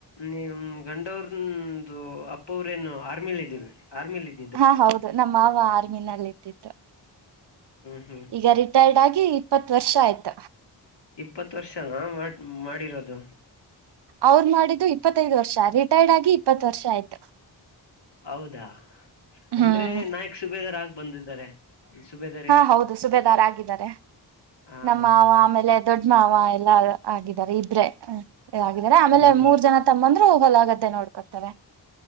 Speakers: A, on the left (about 65°); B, on the right (about 65°).
A: ನೀಮ ಗಂಡವ್ರಂದು ಅಪ್ಪವ್ರೇನು ಆರ್ಮಿಲ್ ಇದೀವಿ ಆರ್ಮಿಲಿ ಇದವಿ
B: ಹಾ ಹೌದು ನಮ್ಮ ಮಾವ ಆರ್ಮಿನಲ್ಲಿ ಇದ್ದಿತ್ತು
A: ಹ್ಮ
B: ಈಗ ರಿಟೈರ್ಡ್ ಆಗಿ ಇಪ್ಪತ್ ವರ್ಷ ಆಯ್ತ
A: ಇಪ್ಪತ್ತು ವರ್ಷನಾ ಮಾಡ ಮಾಡಿರೋದು
B: ಅವರು ಮಾಡಿದ್ದು ಇಪ್ಪತ್ತೈದು ವರ್ಷ ರಿಟೈರ್ಡ್ ಆಗಿ ಇಪ್ಪತ್ತು ವರ್ಷ ಆಯ್ತು
A: ಹೌದಾ ಅಂದ್ರೆ
B: ಹ್ಮ್
A: ನಾಯಕ್ ಸುಬೇದರ್ ಆಗ ಬಂದಿದ್ದಾರೆ ಸುಬೇದರ್
B: ಹಾ ಹೌದು ಸುಬೆದಾರ್ ಆಗಿದ್ದಾರೆ
A: ಹಾ
B: ನಮ್ಮಮಾವ
A: ಹಾ ಹಾ
B: ಆಮೇಲೆ ದೊಡ್ಡ ಮಾವ ಎಲ್ಲಾ ಆಗಿದ್ದಾರೆ ಇಬ್ರೆ ಹ್ಮ ಆಗಿದ್ದಾರೆ ಆಮೇಲೆ
A: ಹ್ಮ್
B: ಮೂರ್ ಜನ ತಮ್ಮಂದ್ರು ಹೊಲಾಗದ್ದೆ ನೋಡ್ಕೊತಾರೆ